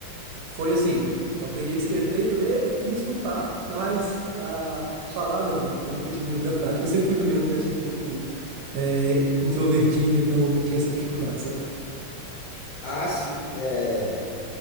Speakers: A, on the right (about 80°); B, on the left (about 75°).
A: foi assim, eu aprendi a escrever, ler e escutar, mas a falar não, né? Porque eu nunca tive muita prática. Eu sempre fui também uma criança um pouco é, introvertido, então tinha essa dificuldade, sabe?
B: Ah, sim. É,